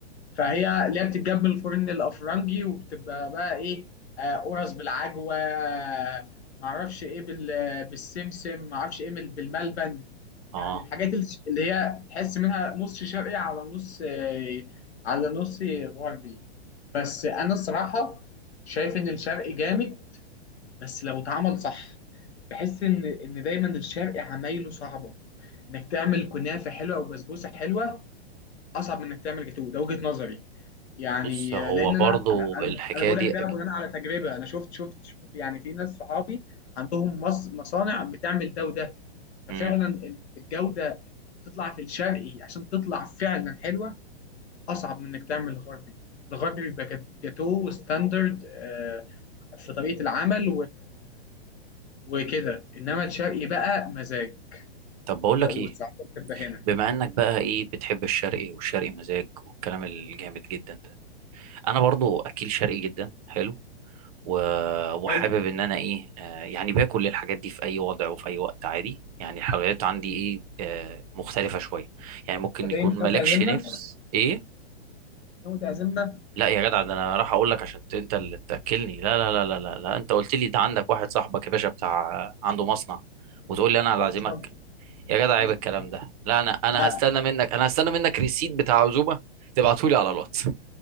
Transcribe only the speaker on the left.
فهي اللي هي بتتجاب من الفرن الافرنجي وبتبقى بقى ايه آه، قرص بالعجوه آه، معرفش ايه بال- بالسمسم معرفش ايه بال- بالملبن
يعني الحاجات اللي اللي هي تحس منها نص شرقي على نص آه، على نص غربي بس انا الصراحه شايف ان الشرقي جامد بس لو اتعمل صح بحس ان ان دايما الشرق عمايله صعبه انك تعمل كنافه حلوه او بسبوسه حلوه اصعب من انك تعمل جاتوه ده وجهه نظري يعني
لان
انا انا انا,
أنا بقول
لك ده
بناء على تجربه انا شفت شفت شفت يعني في ناس صحابي عندهم مص- مصانع بتعمل ده وده ففعلا
الجوده تطلع في الشرقي عشان تطلع فعلا حلوه اصعب من انك تعمل غربي الغربي بيبقى جاتوه وستاندرد آه، في طريقه العمل وكده انما الشرقي بقى مزاج
وده
والساعات
بتبقى هنا
حلو
طب
ايه مش
ناوي تعزمنا؟
ناوي تعزمنا؟
خلصان
خلصان.
لا